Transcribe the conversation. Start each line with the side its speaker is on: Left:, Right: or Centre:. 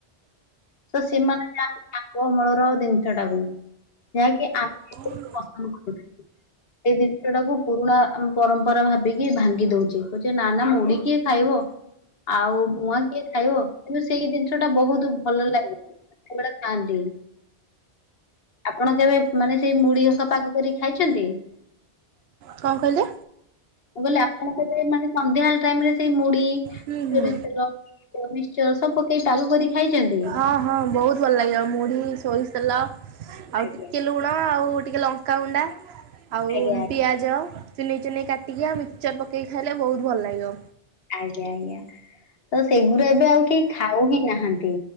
Left: ତ ସେମାନେ ଚାହାନ୍ତି ଆଗ ଅମଳର ଜିନିଷ ଟାକୁ। ଯାହାକି ଆ
Right: <unintelligible>
Left: ପସନ୍ଦ <unintelligible> ସେଇ ଜିନିଷ ଟାକୁ ପୁରୁଣା ଆମ ପରମ୍ପରା ଭାବିକି ଭାଙ୍ଗି ଦଉଚେ କହୁଚେ ନା ନା ମୁଢି କିଏ ଖାଇବ। ଆଉ ମୁଆଁ କିଏ ଖାଇବ। କିନ୍ତୁ ସେଇ ଜିନିଷ ଟା ବହୁତ ଭଲ ଲାଗେ। ସେତବେଳେ ଖାଆନ୍ତି। ଆପଣ କେବେ ମାନେ ସେଇ ମୁଢି <unintelligible> ପାଗ କରି ଖାଇଛନ୍ତି?
Right: କଣ କହିଲେ?
Left: ମୁଁ କହିଲେ ଆପଣ କେବେ ମାନେ ସନ୍ଧ୍ୟାବେଳ ଟାଇମ୍ ରେ ସେଇ ମୁଢି ସୋରିଷ
Right: ହୁଁ ହୁଁ
Left: ତେଲ ମିକ୍ସଚର ସବୁ ପକେଇ ପାଗ କରି ଖାଇଚନ୍ତି?
Right: ହଁ ହଁ ବହୁତ ଭଲ ଲାଗିବ। ମୁଢି, ସୋରିଷ ତେଲ ଆଉ
Left: ଆଜ୍ଞା
Right: ଟିକେ ଲୁଣ ଆଉ ଟିକେ ଲଙ୍କାଗୁଣ୍ଡା ଆଉ
Left: ଆଜ୍ଞା ଆଜ୍ଞା
Right: ପିଆଜ ଚୁନେଇ ଚୁନେଇ କାଟିକି ଆଉ ମିକ୍ସଚର ପକେଇକି ଖାଇଲେ ବହୁତ ଭଲ ଲାଗିବ।
Left: ଆଜ୍ଞା ଆଜ୍ଞା ତ ସେଗୁରା ଏବେ ଆଉ କେହି ଖାଉ ହିଁ ନାହାନ୍ତି।